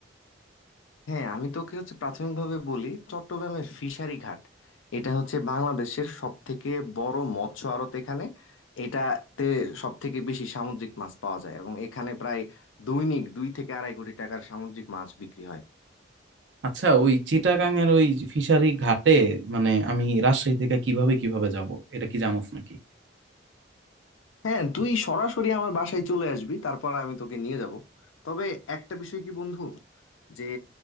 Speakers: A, on the left (about 85°); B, on the right (about 70°).
A: হ্যাঁ আমি তোকে হচ্ছে প্রাথমিকভাবে বলি চট্টগ্রামের ফিশারি ঘাট এটা হচ্ছে বাংলাদেশের সব থেকে বড় মৎস্য আড়ত এখানে এটাতে সব থেকে বেশি সামুদ্রিক মাছ পাওয়া যায় এবং এখানে প্রায় দৈনিক দুই থেকে আড়াই কোটি টাকার সামুদ্রিক মাছ বিক্রি হয়
B: আচ্ছা ওই চিটাগাং এর ওই ফিশারি ঘাটে মানে আমি রাজশাহী থেকে কিভাবে কিভাবে যাব এটা কি জানোস নাকি
A: হ্যাঁ তুই সরাসরি আমার বাসায় চলে আসবি তারপর আমি তোকে নিয়ে যাব তবে একটা বিষয় কি বন্ধু যে